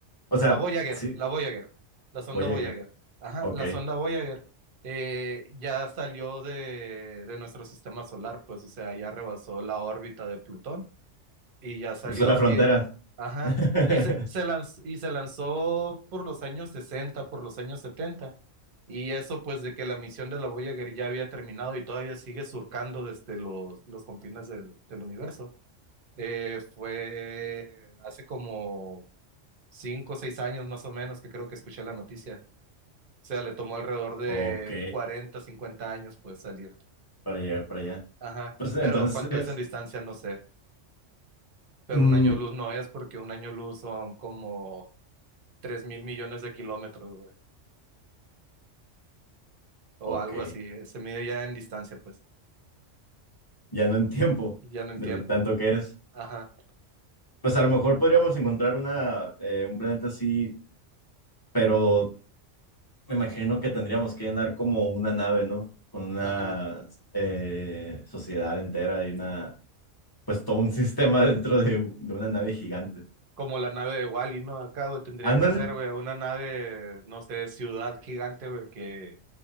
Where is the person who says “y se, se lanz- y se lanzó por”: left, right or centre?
Right